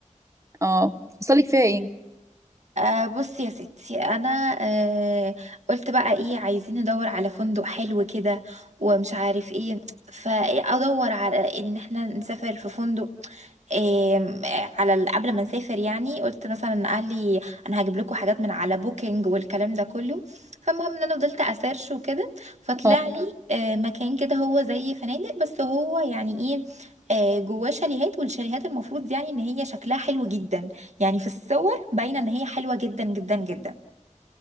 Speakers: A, on the right; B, on the right.
A: اه حصل لك فيها ايه
B: أه بصي يا ستي انا أه قلت بقى ايه عايزين ندور على فندق حلو كده ومش عارف ايه فادور على ان احنا نسافر في فندق آم، على ال- قبل ما نسافر يعني قلت مثلا اهلي انا هجيب لكم حاجات من على بوكينج والكلام ده كله فالمهم ان انا فضلت اسيرش وكده فطلع
A: اه
B: لي آه، مكان كده هو زي فنادق بس هو يعني ايه آه، جواه شاليهات والشاليهات المفروض يعني ان هي شكلها حلو جدا يعني في الصور باينه ان هي حلوه جدا جدا جدا